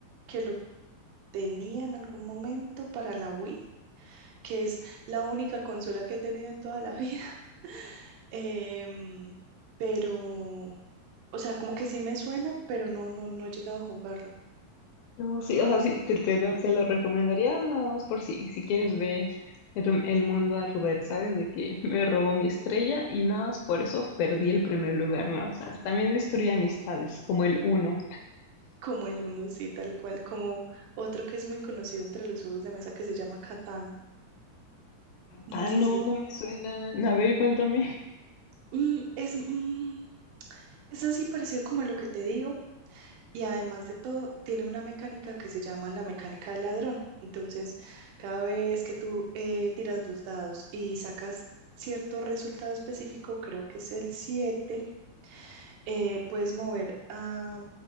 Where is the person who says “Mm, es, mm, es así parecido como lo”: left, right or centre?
Right